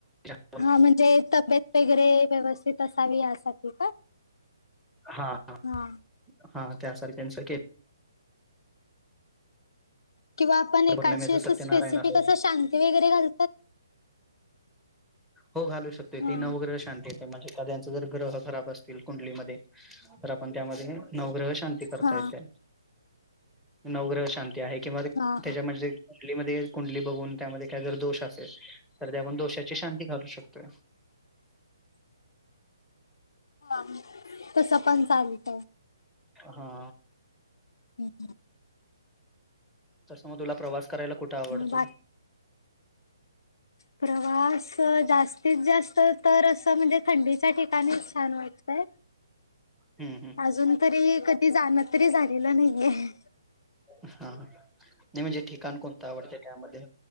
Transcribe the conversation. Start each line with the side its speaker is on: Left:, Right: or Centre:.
Centre: ऊ <inaudible>
Left: हा म्हणजे तब्येत वगैरे व्यवस्थित असावी यासाठी
Centre: हा आ
Left: हा
Centre: हा त्यासारख्यांचीच
Left: किंवा आपण एकाची
Centre: पौर्णिमेचं
Left: असं
Centre: सत्यनारायण
Left: स्पेसिफिक
Centre: असो
Left: असं शांती वगैरे घालतात.
Centre: हो घालू शकतो
Left: हा
Centre: ती नवग्रह शांती म्हणजे एखादयाचं जर ग्रह खराब असतील कुंडलीमध्ये तर आपण त्यामध्ये नवग्रह शांत ती करता
Left: हा
Centre: येतय. नवग्रह शांती आहे किंवा त्याच्या
Left: हा
Centre: म्हणजे कुंडलीमध्ये कुंडली बघून त्यामध्ये काही जर दोष असेल तर ते आपण दोषाची शांती घालू शकतोय.
Left: ह तस पण चालत.
Centre: हा
Left: हम्
Centre: तसं मग तुला प्रवास करायला कुठे आवडतोय?
Left: बाकी प्रवास जास्तीत जास्त तर असं म्हणजे थंडीच्या ठिकाणीच छान वाटतंय.
Centre: हम्म हम्म
Left: अजून तरी कधी जाणं तरी झालेलं नाहीये.
Centre: हा, नाही म्हणजे ठिकाण कोणतं आवडत त्यामध्ये?